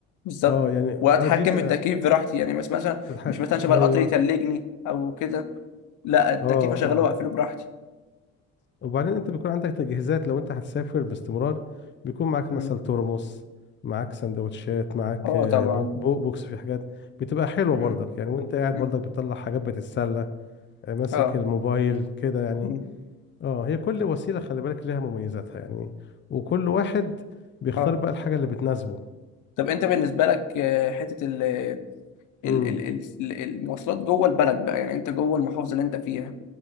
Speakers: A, on the left (about 70°); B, on the left (about 35°).
A: بالظبط
B: اه يعني
A: واتحكم
B: اه دي بقى
A: في التكييف براحتي يعني مش مثلا
B: بتح-
A: مش مثلا
B: ايوه
A: شبه القطر يتلجني او كده لا التكييف
B: اه
A: اشغله
B: اه
A: واقفله براحتي
B: وبعدين انت بيكون عندك تجهيزات لو انت هتسافر باستمرار بيكون معاك
A: امم
B: مثلا ترمس معاك سندوتشات معاك
A: اه
B: آه،
A: طبعا
B: بو- بو- بوكس في حاجات بتبقى حلوة
A: امم
B: برضك يعني وانت قاعد
A: امم
B: برضك بتطلع حاجات بتتسلى آه، ماسك
A: اه
B: الموبايل كده يعني
A: امم
B: اه هي كل وسيلة خلي بالك ليها مميزاتها يعني وكل واحد بيختار
A: اه
B: بقى الحاجة اللي بتناسبه
A: طب انت بالنسبه لك آه، حته ال ال-
B: امم
A: ال- ال- المواصلات جوه البلد بقى يعني انت جوه المحافظه اللي انت فيها